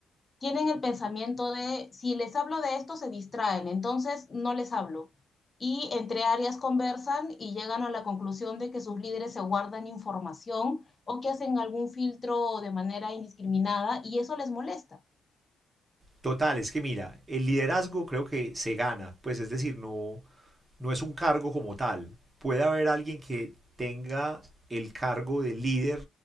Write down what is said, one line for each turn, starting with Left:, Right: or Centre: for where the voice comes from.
Left: tienen el pensamiento de, si les hablo de esto, se distraen, entonces no les hablo. Y entre áreas conversan y llegan a la conclusión de que sus líderes se guardan información o que hacen algún filtro de manera indiscriminada y eso les molesta.
Right: Total, es que mira, el liderazgo creo que se gana, pues es decir, no, no es un cargo como tal. Puede haber alguien que tenga el cargo de líder